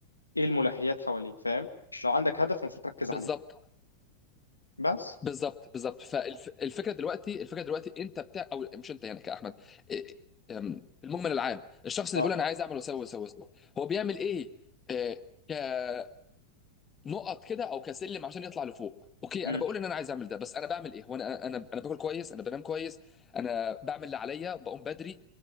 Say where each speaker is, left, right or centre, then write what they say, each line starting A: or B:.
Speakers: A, on the left; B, on the left.
A: إيه الملهيات حواليه فاهم؟ لو عندك هدف المفروض تركز
B: بالظبط
A: عليه بس
B: بالظبط بالظبط فالفكره دلوقتي الفكره دلوقتي انت بتاع او مش انت يعني كاحمد إيه، أم، في المجمل العام الشخص اللي
A: أه
B: بيقول انا عايز اعمل واسوي واسوي واسوي هو بيعمل ايه إيه، نقط كده او كسلم عشان يطلع لفوق اوكي
A: مم.
B: انا بقول ان انا عايز اعمل ده بس انا بعمل ايه وانا انا انا باكل كويس انا بنام كويس انا بعمل اللي عليا بقوم بدري